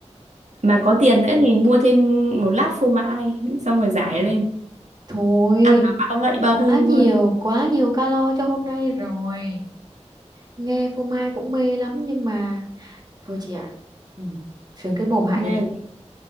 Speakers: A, on the right; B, on the right.
A: mà có tiền nữa thì mua thêm một lát phô mai xong rồi rải lên
B: Thôi,
A: ăn nó bao ngậy bao
B: quá
A: thơm
B: nhiều,
A: luôn
B: quá nhiều calo cho hôm nay rồi. Nghe phô mai cũng mê lắm nhưng mà thôi chị ạ. Ừ, sướng cái mồm hại
A: này
B: cái thân.